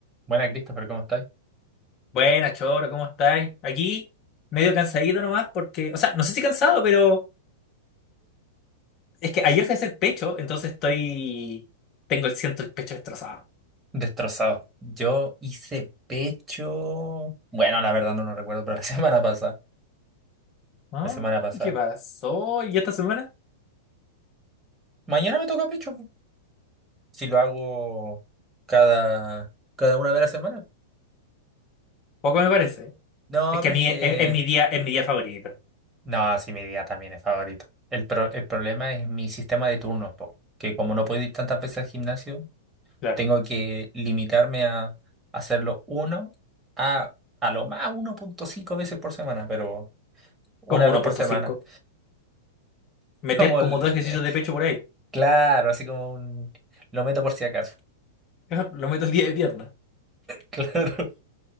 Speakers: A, on the right; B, on the left.
A: Buena, Christopher, ¿cómo estáis?
B: Buenas, Choro, ¿cómo estáis? Aquí, medio cansadito nomás, porque, o sea, no sé si cansado, pero es que ayer fui a hacer pecho, entonces estoy. Tengo el siento el pecho destrozado.
A: Destrozado. Yo hice pecho. Bueno, la verdad no lo recuerdo, pero la <laughs> semana pasada.
B: Ah,
A: La semana pasada.
B: ¿qué pasó? ¿Y esta semana?
A: Mañana me toca pecho. po. Si lo hago cada, cada una vez a la semana.
B: Poco me parece.
A: No,
B: Es que
A: pero
B: a mí
A: es que.
B: es, es mi día, es mi día favorito.
A: No, sí, mi día también es favorito. El, pro- el problema es mi sistema de turnos, po, que como no puedo ir tantas veces al gimnasio,
B: Claro.
A: tengo que limitarme a hacerlo uno a, a lo más uno punto cinco veces por semana, pero una
B: Como
A: vez
B: uno
A: por
B: punto
A: semana.
B: cinco Meter
A: Como,
B: como
A: le-
B: dos ejercicios de pecho por ahí.
A: claro, así como un... Lo meto por si acaso. <laughs>
B: <laughs> Lo meto el día de pierna.
A: Claro.